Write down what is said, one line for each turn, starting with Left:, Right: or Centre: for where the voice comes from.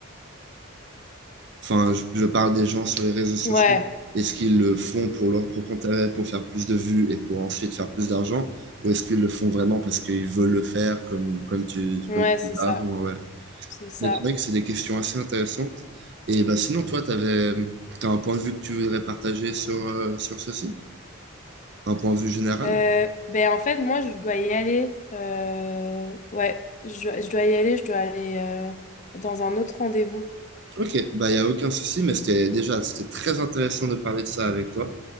Right: Enfin, je, je parle des gens sur les réseaux sociaux.
Left: ouais,
Right: Est-ce qu'ils le font pour leur propre intérêt, pour faire plus de vues et pour ensuite faire plus d'argent? Ou est-ce qu'ils le font vraiment parce qu'ils veulent le faire comme, comme tu,
Left: ouais,
Right: comme tu
Left: c'est
Right: disais
Left: ça,
Right: avant, ouais. ouais.
Left: c'est ça.
Right: Mais c'est vrai que c'est des questions assez intéressantes. Et bah, sinon, toi, t'avais, t'as un point de vue que tu voudrais partager sur, euh, sur ceci? Un point de vue général?
Left: Euh, ben en fait, moi, je dois y aller. Euh, ouais, je, dois- je dois y aller. Je dois aller euh, dans un autre rendez-vous.
Right: Ok, bah, il n'y a aucun souci, mais c'était déjà c'était très intéressant de parler de ça avec toi.